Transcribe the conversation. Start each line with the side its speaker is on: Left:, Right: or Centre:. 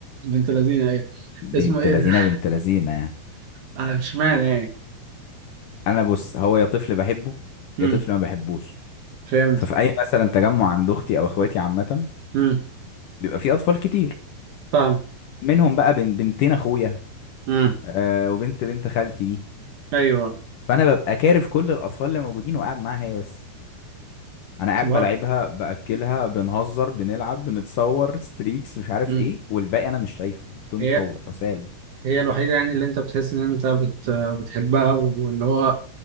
Right: بنت لذينه ايه
Left: بنت
Right: اسمه ايه
Left: لذينه
Right: <laughs>
Left: بنت لذينه يعني
Right: آه، اشمعنى يعني
Left: انا بص هو يا طفل بحبه
Right: امم
Left: يا طفل ما بحبوش
Right: فهمت
Left: ففي اي مثلا تجمع عند اختي او اخواتي عامه
Right: امم
Left: بيبقى في اطفال كتير
Right: فاهم
Left: منهم بقى بن- بنتين اخويا
Right: امم
Left: آه وبنت بنت خالتي دي
Right: ايوه
Left: فانا ببقى كارف كل الاطفال اللي موجودين وقاعد معاها هي بس انا قاعد
Right: سبحان
Left: بلعبها باكلها بنهزر بنلعب بنتصور ستريكس مش عارف
Right: امم
Left: ايه والباقي انا مش شايفه انتوا انتوا
Right: هي
Left: حسال
Right: هي الوحيده يعني اللي انت بتحس ان انت بت... بتحبها واللي هو